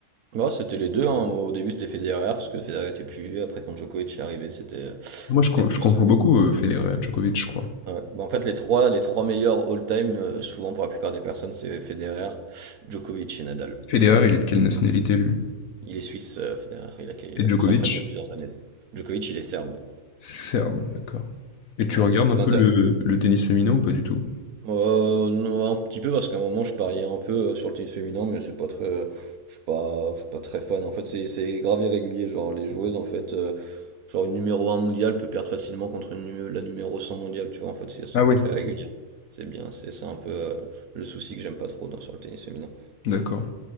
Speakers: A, on the right (about 70°); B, on the left (about 65°).
A: Ouais, c'était les deux. hein. Au début, c'était Federer, parce que Federer était plus vieux. Après, quand Djokovic est arrivé, c'était
B: Moi, je
A: c'était
B: con
A: plus
B: je confonds beaucoup, heu, Federer et Djokovic, je crois.
A: Ouais. Bah, en fait, les trois, les trois meilleurs all-time, euh, souvent pour la plupart des personnes, c'est Federer, Djokovic et Nadal.
B: Federer, il est de quelle nationalité, lui?
A: Il est suisse, euh, Federer. Il a, il
B: Et
A: a
B: Djokovic?
A: pris sa retraite il y a plusieurs années. Djokovic, il est serbe.
B: Serbe, d'accord. Et tu
A: Ouais.
B: regardes
A: Et puis
B: un peu
A: l'inter.
B: le, le tennis féminin ou pas du tout?
A: Euh, non, un petit peu parce qu'à un moment, je pariais un peu euh, sur le tennis féminin, mais c'est pas très. euh, Je suis pas, je suis pas très fan. En fait, c'est c'est grave irrégulier. Genre, les joueuses, en fait, euh, genre une numéro un mondiale peut perdre facilement contre une, nu- la numéro 100 mondiale. Tu vois, en fait, si elles sont
B: Ah oui.
A: pas très régulières. C'est bien. C'est ça un peu euh, le souci que j'aime pas trop dans, sur le tennis féminin.
B: D'accord.